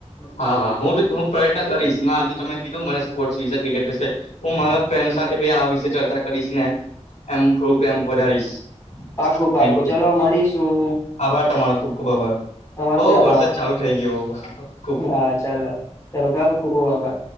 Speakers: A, on the left; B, on the left.
A: હા હા હું તો હું પ્રયત્ન કરીશ આજે તમે કીધું મને સ્પોર્ટ્સ વિશે ક્રિકેટ વિશે હું મારા ફ્રેન્ડ સાથે આ વિશે ચર્ચા કરીશ ને એમ થોડુંક એ વધારીશ
B: પાકું
A: થેન્ક
B: પાકું
A: યુ
B: ચલો મળીશું
A: આભાર તમારો ખુબ ખુબ આભાર
B: તમારો
A: હો
B: બી આભાર
A: વરસાદ ચાલુ થઈ ગયો, હો.
B: હા ચાલો ચાલો ખબ ખુબ ખબ આભાર